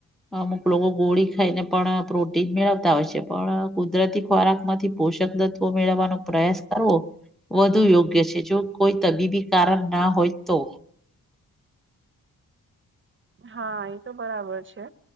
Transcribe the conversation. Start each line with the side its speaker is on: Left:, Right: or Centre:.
Centre: અમુક લોકો ગોળી ખાઈને પણ પ્રોટીન મેળવતા હોય છે પણ કુદરતી ખોરાકમાં પોષક તત્વો મેળવવાનો પ્રયાસ કરવો વધુ યોગ્ય છે જો કોઈ તબીબી કારણ ના હોય તો.
Right: હા એ તો બરાબર છે.